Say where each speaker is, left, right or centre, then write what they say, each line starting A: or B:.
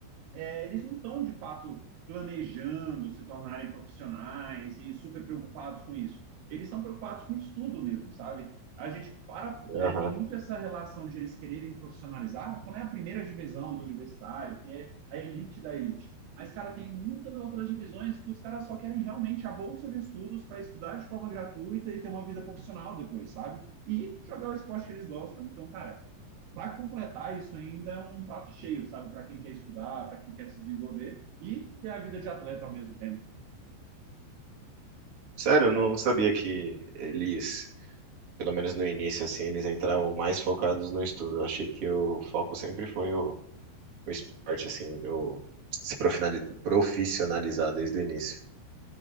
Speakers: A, on the right (about 75°); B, on the right (about 35°).
A: é, eles não estão de fato planejando se tornarem profissionais e super preocupados com isso. Eles estão preocupados com o estudo mesmo, sabe? A gente para
B: Aham.
A: é, tem muito essa relação de eles quererem profissionalizar quando é a primeira divisão do universitário, que é a elite da elite. Mas, cara, tem muitas outras divisões que os caras só querem realmente a bolsa de estudos para estudar de forma gratuita e ter uma vida profissional depois, sabe? E jogar o esporte que eles gostam. Então, cara, para completar, isso ainda é um prato cheio, sabe? Para quem quer estudar, para quem quer se desenvolver e ter a vida de atleta ao mesmo tempo.
B: Sério, eu não sabia que eles, pelo menos no início, assim, eles entravam mais focados no estudo. Eu achei que o foco sempre foi o, o esporte, assim, o se profinali- profissionalizar desde o início.